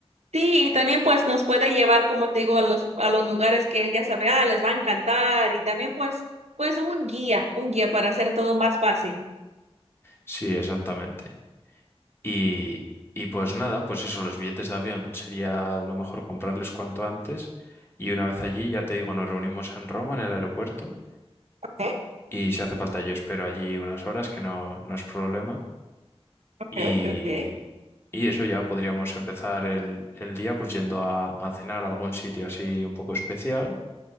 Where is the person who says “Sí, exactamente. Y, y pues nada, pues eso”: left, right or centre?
Left